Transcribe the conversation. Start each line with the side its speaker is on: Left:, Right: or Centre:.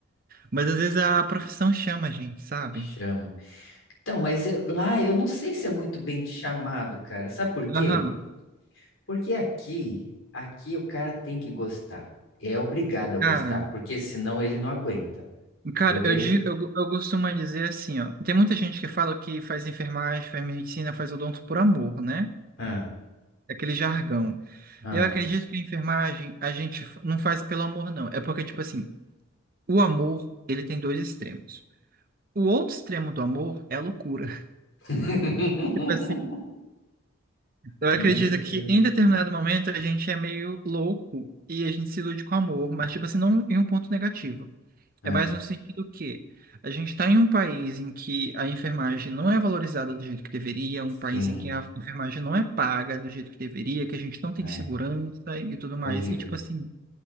Right: Mas às vezes a profissão chama a gente, sabe?
Left: chama. Então, mas eu- lá eu não sei se é muito bem chamado, cara. Sabe por quê?
Right: Aham,
Left: Porque aqui, aqui o cara tem que gostar. É obrigado a gostar,
Right: cara.
Left: porque senão ele não aguenta.
Right: Cara,
Left: Eu vejo.
Right: eu, di- eu, eu costumo dizer assim, ó. Tem muita gente que fala que faz enfermagem, faz medicina, faz odonto por amor, né?
Left: Ah,
Right: É Aquele jargão.
Left: ah.
Right: Eu acredito que a enfermagem a gente f- não faz pelo amor, não. É porque, tipo assim, o amor, ele tem dois extremos. O outro extremo do amor é a loucura. <laughs>
Left: <laughs>
Right: Tipo assim, eu
Left: Meu
Right: acredito que
Left: Deus.
Right: em determinado momento a gente é meio louco e a gente se ilude com amor, mas, tipo assim, não em um ponto negativo.
Left: Ah,
Right: É mais no sentido que a gente está em um país em que a enfermagem não é valorizada do jeito que deveria, um país
Left: sim,
Right: em que a enfermagem não é paga do jeito que deveria, que a gente não tem
Left: é
Right: segurança e tudo mais.
Left: horrível.
Right: E tipo assim,